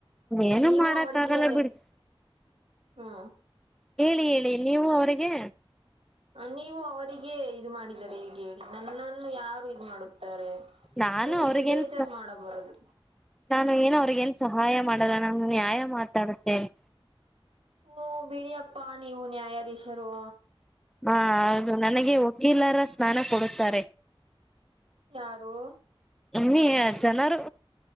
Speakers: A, in the centre; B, on the right.
A: ಏನು
B: ನೀವು
A: ಮಾಡಕ್
B: ಅವರಿಗೆ
A: ಆಗಲ್ಲ ಬಿಡಿ
B: ಹಾ
A: ಹೇಳಿ ಹೇಳಿ ನೀವು ಅವರಿಗೆ
B: ನೀವು ಅವರಿಗೆ ಇದು ಮಾಡಿದರೆ ಹೇಗೆ ಹೇಳಿ ನನ್ನನ್ನು ಯಾರು ಇದು ಮಾಡುತ್ತ
A: ನಾನು
B: ನೀವೀಗೆ
A: ಅವ್ರಿಗೇನ್
B: ಬೇಜಾರ್ು ಮಾಡಬರುದು
A: ನಾನು ಏನೋ ಅವ್ರಗ ಏನ್ ಸಹಾಯ ಮಾಡಲ್ಲ ನಾನು ನ್ಯಾಯ ಮಾತಾಡುತ್ತೇನೆ
B: ಹ್ಮ ಬಿಡಿಯಪ್ಪಾ ನೀವು ನ್ಯಾಯಾಧೀಶರು
A: ಹಾ ಹೌದು ನನಗೆ ವಕೀಲರ ಸ್ನಾನ ಕೊಡುತ್ತಾರೆ
B: ಯಾರು
A: ನಿಮ್ಮಿ ಜನರು